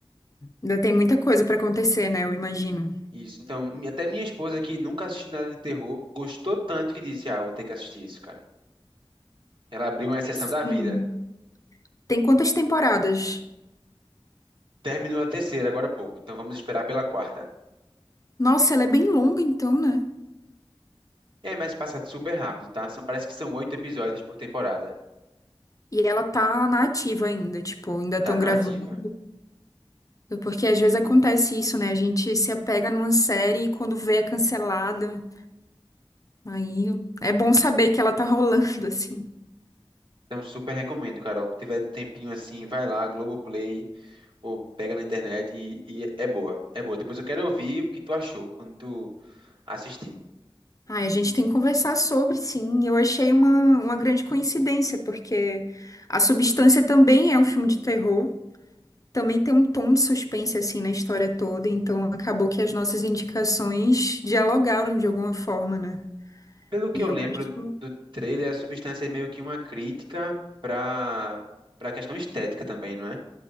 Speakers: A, on the left; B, on the right.
A: Ainda tem muita coisa pra acontecer, né? Eu imagino.
B: Isso. Então, mi- até minha esposa, que nunca assistiu nada de terror, gostou tanto que disse: Ah, vou ter que assistir isso, cara. Ela abriu uma exceção
A: E assim,
B: da vida.
A: tem quantas temporadas?
B: Terminou a terceira agora há pouco, então vamos esperar pela quarta.
A: Nossa, ela é bem longa, então, né?
B: É, mas passa super rápido, tá? São, parece que são oito episódios por temporada.
A: E ela tá na ativa ainda, tipo, ainda estão
B: Tá na
A: gravando.
B: ativa.
A: Porque às vezes acontece isso, né? A gente se apega numa série e quando vê é cancelada. Aí é bom saber que ela tá rolando, <laughs> assim.
B: Então, super recomendo, Carol. Se tiver um tempinho assim, vai lá, Globoplay, ou pega na internet e, e é boa. É boa. Depois eu quero ouvir o que tu achou quando tu assistir.
A: Ah, a gente tem que conversar sobre, sim. Eu achei uma, uma grande coincidência, porque A Substância também é um filme de terror. Também tem um tom de suspense, assim, na história toda. Então acabou que as nossas indicações dialogaram de alguma forma, né?
B: Pelo que
A: E
B: eu
A: eu
B: lembro
A: acho.
B: do trailer, a substância é meio que uma crítica pra, pra questão estética também, não é?